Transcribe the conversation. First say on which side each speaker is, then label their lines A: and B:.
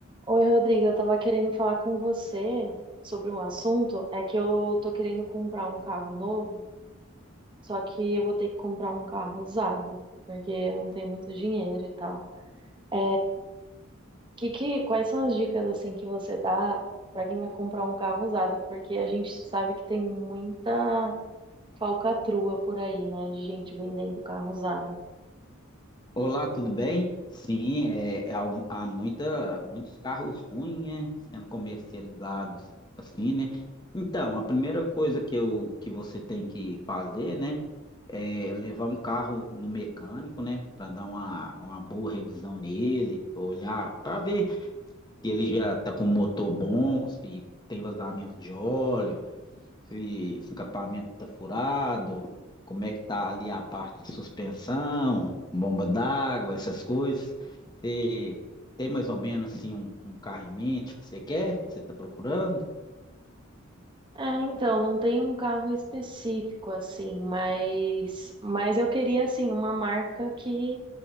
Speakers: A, on the right; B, on the left.
A: Oi, Rodrigo, eu tava querendo falar com você sobre um assunto. É que eu tô querendo comprar um carro novo, só que eu vou ter que comprar um carro usado, porque eu não tenho muito dinheiro e tal. É, que, que, quais são as dicas assim que você dá pra quem vai comprar um carro usado? Porque a gente sabe que tem muita falcatrua por aí, né, de gente vendendo carro usado.
B: Olá, tudo bem? Sim, é, há, há muita, muitos carros ruins, né, sendo comercializados assim, né? Então, a primeira coisa que, eu, que você tem que fazer, né, é levar um carro no mecânico, né, para dar uma, uma boa revisão nele, olhar para ver se ele já está com motor bom, se tem vazamento de óleo, se o escapamento está furado, como é que tá ali a parte de suspensão, bomba d'água, essas coisas. Você tem mais ou menos assim um, um carro em mente que você quer, que você está procurando?
A: É, então, não tem um carro específico assim, mas, mas eu queria assim uma marca que